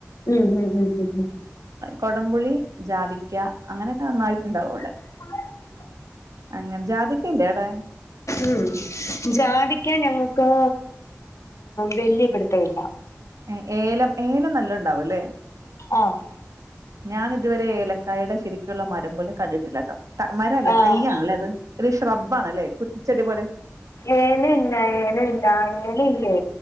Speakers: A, on the left; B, on the right.
A: ഉം ഉം ഉം ഉം
B: കൊടംപുളി ജാതിക്ക അങ്ങനെക്കെ നന്നായിട്ട്ണ്ടാവും ഇവടെ
A: <unintelligible>
B: അങ്ങനെ ജാതിക്കല്ലേ അവ്ടേ
A: ഉം ജാതിക്കാ ഞങ്ങക്ക് വല്ല്യേ പിടുത്തമില്ല
B: ഏ ഏലം ഏലം നല്ലണ്ടാവുല്ലേ
A: ആം
B: ഞാന് ത് വരേ ഏലക്കായടെ ശരിക്ക്ള്ള മരം പോലും കണ്ടിട്ടില്ലട്ടോ മരം അല്ല
A: ആഹ്
B: തയ്യാണ്ല്ലേ അത് ഒര് ശ്രബ്ബാണല്ലേ കുറ്റിച്ചെടി പോലെ
A: ഏന ഇല്ല ഏന ഇല്ല ഏന ഇല്ലേ